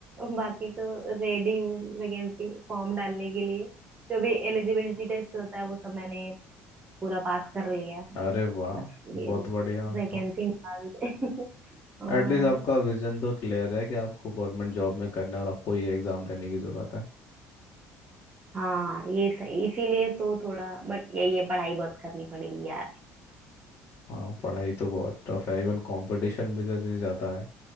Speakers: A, on the right; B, on the left.
A: बाकी तो रेडी हूँ वैकेंसी फॉर्म डालने के लिए जो भी एलिजिबिलिटी टेस्ट होता है वो सब मैंने पूरा पास कर लिया है
B: अरे वाह
A: बस
B: बहुत
A: ये
B: बढ़िया है
A: वैकेंसी
B: तो
A: निकाल दे <laughs> हाँ
B: एटलीस्ट आपका विजन तो क्लियर है कि आपको गवर्नमेंट जॉब में करना है और आपको ये एग्ज़ाम देने की ज़रूरत है
A: हाँ, ये सही इसीलिए तो थोड़ा बट ये ये पढ़ाई बहुत करनी पड़ेगी यार
B: हाँ पढ़ाई तो बहुत टफ है इवन कंपटीशन भी तो इतनी ज़्यादा है